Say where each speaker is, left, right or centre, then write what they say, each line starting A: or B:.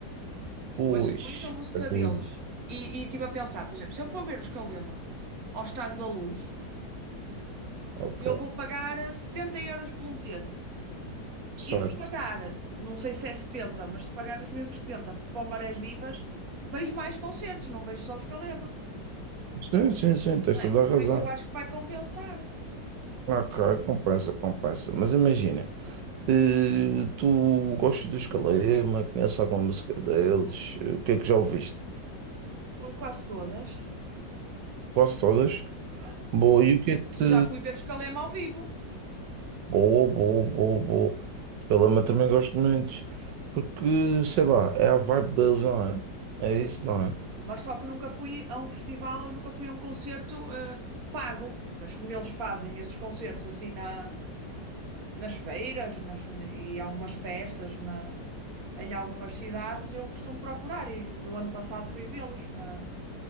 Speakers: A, on the right; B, on the right.
A: pois,
B: Ouço muito a música
A: para mim,
B: deles. E e estive a pensar, por exemplo, se eu for ver os Calema ao Estádio da Luz.
A: ok.
B: eu vou pagar 70 euros por um bilhete.
A: Certo.
B: E se pagar, não sei se é 70, mas se pagar os mesmos 70, para o Marés Vivas, vejo mais concertos, não vejo só os Calema.
A: Sim, sim, sim, tens
B: não é?
A: toda a razão.
B: Por isso eu acho que vai compensar
A: Ok, compensa, compensa. Mas imagina, eh, tu gostas dos Calema, conheces alguma música deles? Eh, O que é que já ouviste?
B: Qu- quase todas.
A: Quase todas?
B: Ah, tá,
A: Boa,
B: conheço.
A: e o que é que te.
B: Eu já fui ver os Calema ao vivo,
A: Boa, boa, boa, boa. Calema também gosto muito. Porque, sei lá, é a vibe deles, não é? É
B: sim.
A: isso, não é?
B: Mas só que nunca fui a um festival ou nunca fui a um concerto eh, pago. Mas como eles fazem esses concertos assim na, nas feiras nas- e algumas festas na- em algumas cidades, eu costumo procurar e do ano passado fui vê-los, ah,